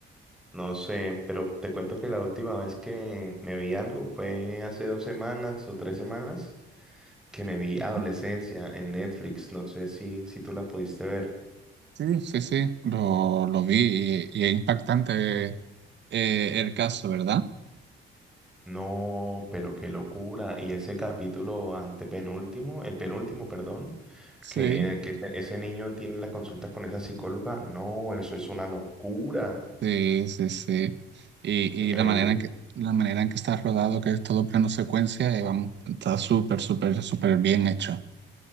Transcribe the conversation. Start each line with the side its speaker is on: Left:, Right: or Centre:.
Centre: No sé, pero te cuento que la última vez que me vi algo fue hace dos semanas o tres semanas que me vi
Right: Ujú.
Centre: Adolescencia en Netflix. No sé si, si tú la pudiste ver.
Right: Sí, sí, sí, lo, lo vi y, y es impactante eh, el caso, ¿verdad?
Centre: No, pero qué locura. Y ese capítulo antepenúltimo, el penúltimo, perdón,
Right: Sí,
Centre: que en el que ese niño tiene la consulta con esa psicóloga, no, eso es una locura.
Right: sí, sí, sí. Y,
Centre: Increíble.
Right: y la manera en que, la manera en que está rodado, que es todo plano secuencia, eh, vamos, está súper, súper, súper bien hecho.